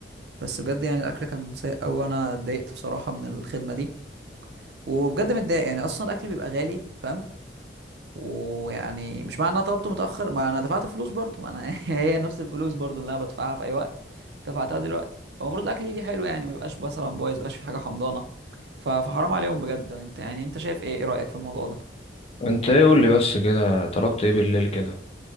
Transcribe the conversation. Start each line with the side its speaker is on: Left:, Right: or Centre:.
Right: بس بجد يعني الاكل كان سيء قوي وانا اتضايقت بصراحة من الخدمة دي وبجد متضايق يعني اصلا الاكل بيبقى غالي فاهم ويعني مش معنى ان انا طلبته متاخر ما انا دفعت فلوس برضه ما انا <laughs> هي نفس الفلوس برضه اللي انا بدفعها في اي وقت دفعتها دلوقتي فالمفروض الاكل يجي حلو يعني ما يبقاش مثلا بايظ ما يبقاش في حاجه حمضانه ف- فحرام عليهم بجد انت يعني انت شايف ايه ايه رايك في الموضوع ده
Left: انت ايه قول لي بس كده طلبت ايه بالليل كده